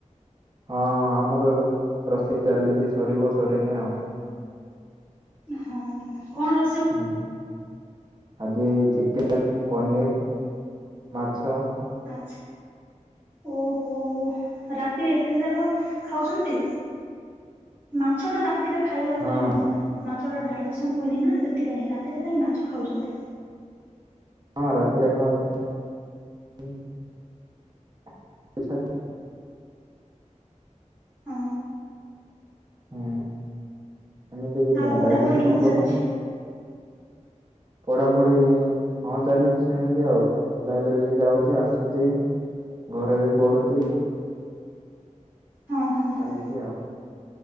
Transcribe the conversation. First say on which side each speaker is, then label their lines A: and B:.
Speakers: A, on the right (about 35°); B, on the right (about 15°).
A: ହଁ ଆମର ରୋଷେଇ ଚାଲିଛି ସରିବ ସରିନି ଆଉ।
B: ହଁ କଣ ରୋ
A: ହୁଁ ଆଗେ ଚିକେନ ପନିର୍ ମାଛ
B: ଆଚ୍ଛା। ଓହୋ ରାତିରେ ଏତେ ଯାକ ଖାଉଛନ୍ତି। ମାଛଟା ରା ରାତିରେ ଖାଇବା କଥା
A: ହଁ
B: ନୁହଁ ମାଛଟା ଡାଇଜେସନ ହୁଏନି ନା ସେଥିପାଇଁ ରାତିରେ କାହିଁ ମାଛ ଖାଉଛନ୍ତି।
A: ହଁ ରାତିରେ ଖାଉଛନ୍ତି। ଆଚଛା <unintelligible>
B: ହଁ
A: ହୁଁ ଏମିତି କିଛି
B: ଆଉ
A: ନାଇଁ
B: ପଢାପଢି
A: ଡାଇଜେସନ
B: କେମିତି
A: ହବ
B: ଚାଲିଛି?
A: ତ। ପଢ଼ାପଢି଼ ହଁ ଚାଲିଛି ସେମିତି ଆଉ। ଲାଇବ୍ରେରୀ ଯାଉଛି ଆସୁଛି ଘରେ ବି ପଢୁଛି।
B: ହଁ ହଁ ହଁ
A: ଚାଲିଚି ଆଉ